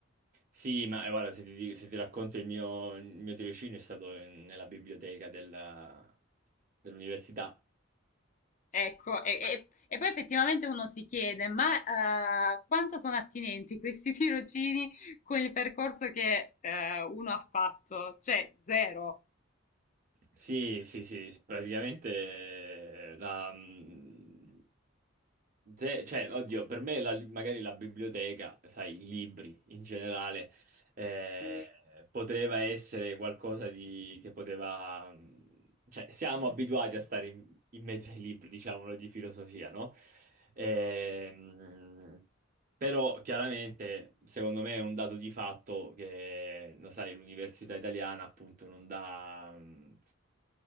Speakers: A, on the right (about 45°); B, on the left (about 40°).
A: Sì, ma eh, guarda, se ti, dico- se ti racconto il mio, il mio tirocinio è stato in- nella biblioteca della- dell'università.
B: Ecco, e, e- e poi effettivamente uno si chiede, ma eh, quanto sono attinenti questi <laughs> tirocini con il percorso che eh, uno ha fatto? Cioè, zero.
A: Sì, sì, sì, praticamente eh, la... mh, ze- Cioè, oddio, per me la- magari la biblioteca, sai, i libri in generale, eh,
B: Sì.
A: poteva essere qualcosa di... che poteva... mh, Cioè, siamo abituati a stare in, in mezzo ai libri, diciamolo, di filosofia, no? Ehm, però, chiaramente, secondo me è un dato di fatto che, lo sai, l'università italiana appunto non dà... mh,